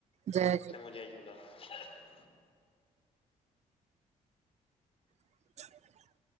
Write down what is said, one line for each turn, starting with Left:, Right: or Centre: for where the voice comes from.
Right: जय झूले
Left: चङो जय झूलेलाल।
Right: <inaudible>